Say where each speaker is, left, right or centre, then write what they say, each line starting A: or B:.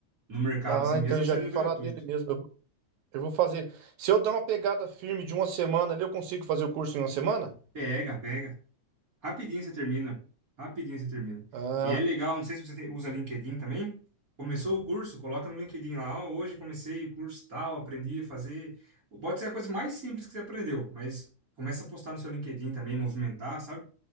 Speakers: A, on the right; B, on the right.
A: no mercado,
B: Ah,
A: assim,
B: então
A: mesmo
B: eu já
A: sendo
B: vi falar
A: gratuito.
B: dele mesmo. Eu, vou eu vou fazer. Se eu dar uma pegada firme de uma semana ali, eu consigo fazer o curso em uma semana?
A: Pega, pega. Rapidinho você termina. Rapidinho você termina.
B: Ah,
A: E é legal, não sei se você tem- usa LinkedIn também. Começou o curso, coloca no LinkedIn lá. ó, hoje comecei o curso tal, aprendi a fazer. Pode ser a coisa mais simples que você aprendeu, mas começa a postar no seu LinkedIn também, movimentar, sabe?